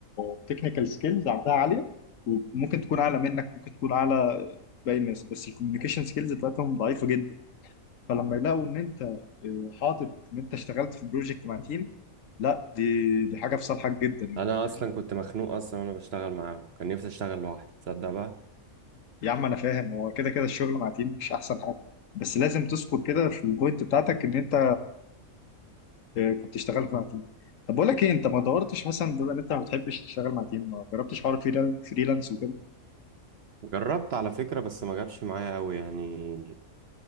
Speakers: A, on the left; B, on the right.
A: التكنيكال سكيلز عندها عاليه وممكن تكون اعلى منك ممكن تكون اعلى باقي الناس بس الكوميونيكيشن سكيلز بتاعتهم ضعيفه جدا فلما يلاقوا ان انت آه، حاطط ان انت اشتغلت في بروجكت مع تيم لا دي دي حاجه في صالحك جدا يعني
B: انا
A: فاهمني
B: اصلا كنت مخنوق اصلا وانا بشتغل معاهم كان نفسي اشتغل لوحدي تصدق بقى
A: يا عم انا فاهم هو كده كده الشغل مع تيم مش احسن حاجه بس لازم تذكر كده في البوينت بتاعتك ان انت آه، كنت اشتغلت مع تيم طب بقول لك ايه انت ما دورتش مثلا بما ان انت ما بتحبش تشتغل مع تيم ما جربتش حوار فريلان- فريلانس وكده
B: جربت على فكرة بس ما جابش معايا قوي يعني